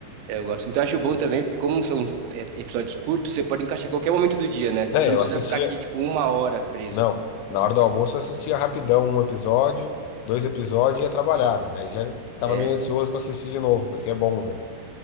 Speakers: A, on the right (about 85°); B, on the left (about 85°).
A: eu gosto muito. Eu acho bom também, porque como são é, episódios curtos, você pode encaixar qualquer momento do dia, né?
B: Né,
A: Você não
B: eu
A: precisa
B: assistia.
A: ficar aqui, tipo, uma hora preso.
B: Não, na hora do almoço eu assistia rapidão um episódio, dois episódios e ia trabalhar, velho. Aí já ficava
A: É.
B: meio ansioso pra assistir de novo, porque é bom, velho.